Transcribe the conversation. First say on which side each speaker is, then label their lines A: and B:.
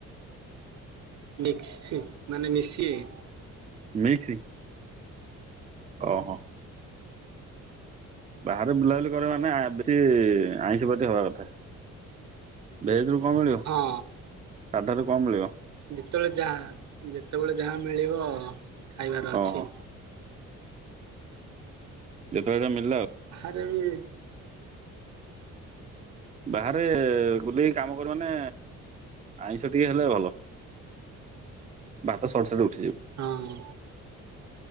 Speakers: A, on the right (about 65°); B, on the right (about 25°).
A: ମିକ୍ସି ମାନେ ମିଶି -
B: ମିକ୍ସି ଓହୋ। ବାହାରେ ବୁଲାବୁଲି କର ମାନେ ବେଶ ଆଇଁଷ ପ୍ରତି ହବା କଥା ଭେଜ୍ - କଣ ମିଳିବ
A: ହଁ।
B: ସାଧାର? କମ୍ ମିଳିବ?
A: ଯେତେବେଳେ ଯାହା ଯେତେବେଳେ ଯାହା ମିଳିବ ଆଉ। ଖାଇବାର ଅଛି।
B: ଓହୋ ଯେତେବେଳେ ଯା ମିଳିଲା ଆଉ।
A: ସେରେ ବି।
B: ବାହାରେ ବୁଲେଇକି କାମ କର ମାନେ ଆଇଁଷ ଟିକେ ହେଲେ ଭଲ। ଭାତ ସଟ ସଟ ଉଠ-
A: ହଁ।